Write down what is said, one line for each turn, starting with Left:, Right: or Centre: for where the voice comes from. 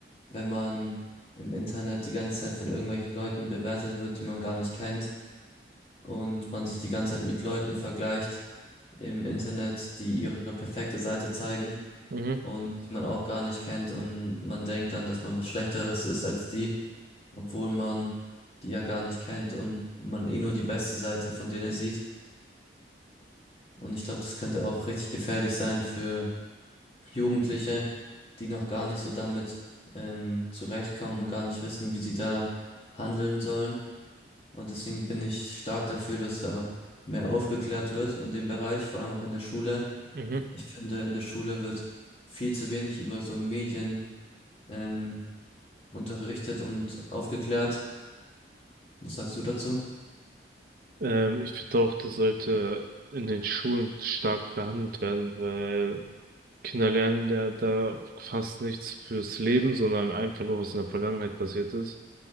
Left: wenn man im Internet die ganze Zeit von irgendwelchen Leuten bewertet wird, die man gar nicht kennt und man sich die ganze Zeit mit Leuten vergleicht im Internet, die ihre perfekte Seite zeigen
Right: Mhm,
Left: und die man auch gar nicht kennt und man denkt dann, dass man was Schlechteres ist als die, obwohl man die ja gar nicht kennt und man eh nur die beste Seite von denen sieht. Und ich glaube, das könnte auch richtig gefährlich sein für Jugendliche, die noch gar nicht so damit ähm, zurechtkommen und gar nicht wissen, wie sie da handeln sollen. Und deswegen bin ich stark dafür, dass da mehr aufgeklärt wird in dem Bereich, vor allem auch in der Schule.
Right: mhm.
Left: Ich finde, in der Schule wird viel zu wenig über so Medien ähm, unterrichtet und aufgeklärt. Was sagst du dazu?
Right: Ähm, ich finde auch, das sollte in den Schulen stark behandelt werden, weil Kinder lernen ja da fast nichts fürs Leben, sondern einfach nur, was in der Vergangenheit passiert ist.